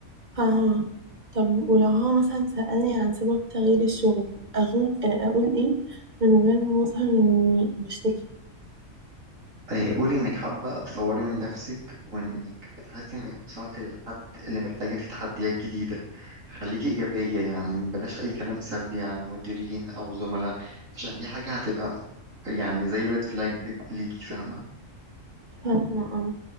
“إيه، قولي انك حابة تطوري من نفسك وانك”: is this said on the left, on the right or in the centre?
Right